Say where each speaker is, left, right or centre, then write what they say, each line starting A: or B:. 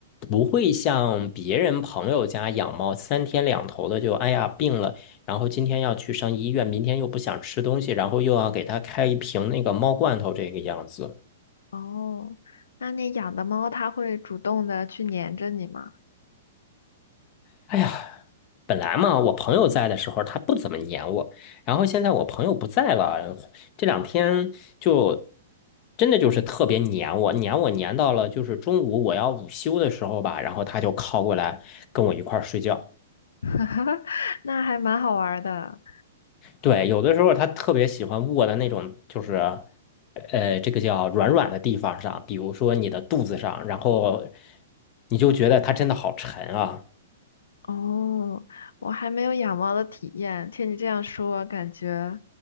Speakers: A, on the left; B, on the left.
A: 不会像别人朋友家养猫三天两头的就哎呀病了。然后今天要去上医院，明天又不想吃东西，然后又要给它开一瓶那个猫罐头，这个样子。
B: 哦，那你养的猫它会主动的去粘着你吗？
A: 哎呀，本来嘛，我朋友在的时候他不怎么黏我，然后现在我朋友不在了，这两天就真的就是特别黏我，黏我黏到了就是中午我要午休的时候吧，然后他就靠过来跟我一块儿睡觉。
B: <laughs> 那还蛮好玩儿的。
A: 对，有的时候他特别喜欢卧在那种就是呃这个叫软软的地方上，比如说你的肚子上，然后你就觉得他真的好沉啊。
B: 哦，我还没有养猫的体验，听你这样说，感觉